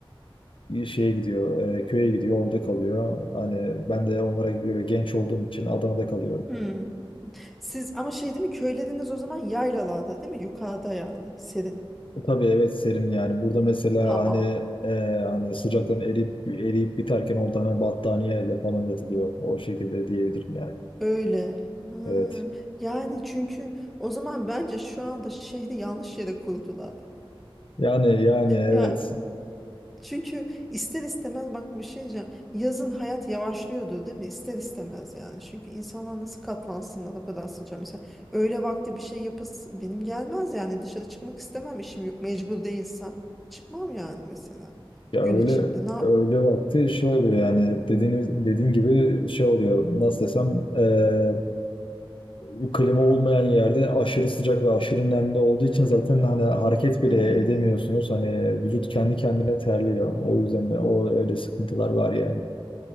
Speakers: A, on the left; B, in the centre.
A: e, şeye gidiyor e, köye gidiyor orada kalıyor. Hani ben de onlara göre genç olduğum için Adana'da kalıyorum.
B: Hmm. Siz ama şey değil mi köyleriniz o zaman yaylalarda değil mi? Yukarıda yani serin.
A: Tabii evet serin yani. Burada mesela
B: Tamam.
A: hani e, hani sıcaktan eriyip eriyip biterken orada hani battaniyeyle falan yatılıyor. O şekilde diyebilirim yani.
B: Öyle. Ha,
A: Evet.
B: Yani çünkü o zaman bence şu anda şehri yanlış yere kurdular.
A: Yani yani evet.
B: ya. Çünkü ister istemez bak bir şey diyeceğim. Yazın hayat yavaşlıyordu değil mi? İster istemez yani. Çünkü insanlar nasıl katlansınlar o kadar sıcağa. Mesela öğle vakti bir şey yapasın benim gelmez yani. Dışarı çıkmak istemem işim yok. Mecbur değilsem çıkmam yani mesela
A: Ya
B: gün
A: öyle
B: içinde. Na
A: öyle vakti şey oluyor yani dediğiniz dediğin gibi şey oluyor. Nasıl desem e, e, klima olmayan yerde aşırı sıcak ve aşırı nemli olduğu için zaten hani hareket bile
B: Hmm,
A: edemiyorsunuz. Hani vücut kendi kendine terliyor. O yüzden de o öyle sıkıntılar var yani.